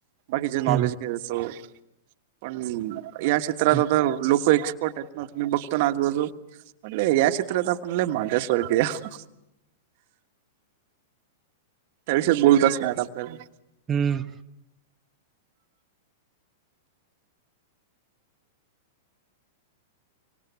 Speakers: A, on the right (about 55°); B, on the right (about 20°).
A: बाकीचे
B: हं,
A: नॉलेज घेतो पण या क्षेत्रात
B: हं.
A: आता लोक फोट ना बघतो ना आजूबाजू म्हटले या क्षेत्रात आपण लय मागासवर्गीय अहं. त्याविषयी बोलतच नाहीत आपल्याला.
B: हम्म.